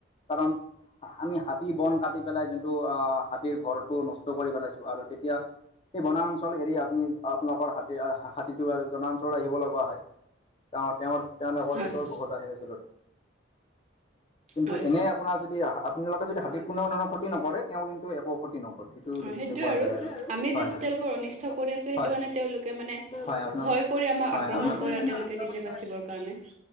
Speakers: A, on the left (about 30°); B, on the right (about 35°).
A: কাৰণ <unintelligible> আমি হাবি-বন কাটি পেলাই যোনটো আহ হাতীৰ ঘৰটো নষ্ট কৰি পেলাইছো আৰু তেতিয়া <unintelligible> এই বনাঞ্চল এৰি আপুনি আপোনালোকৰ হাতী হা-হা-হাতীটো আৰু জনাঞ্চল আহিব লগা হয়। <unintelligible> অঁ! তেওঁৰ <unintelligible> তেওঁলোকৰ
B: হয়
A: পেটৰ ভোকত আহে আচলতে। কিন্তু
B: হয়
A: এনেই আপোনাৰ যদি আহা <unintelligible> আপোনালোকে যদি হাতীৰ কোনোধৰণৰ ক্ষতি নকৰে, তেওঁ কিন্তু একো ক্ষতি নকৰে। <unintelligible>
B: হয়
A: দেখিবলৈ
B: সেইটোৱে
A: পোৱা যায় আৰু। <unintelligible>
B: আমি যিহেতু
A: হয়-হয়
B: তেওঁলোকৰ
A: <unintelligible>
B: অনিষ্ট কৰি আছোঁ সেইটো
A: হয়।
B: কাৰণে তেওঁলোকে মানে
A: হয়, আপোনালোক
B: ভয় কৰি আমাক আক্ৰমণ
A: <unintelligible>
B: কৰে তেওঁলোকে নিজে বাচিবৰ কাৰণে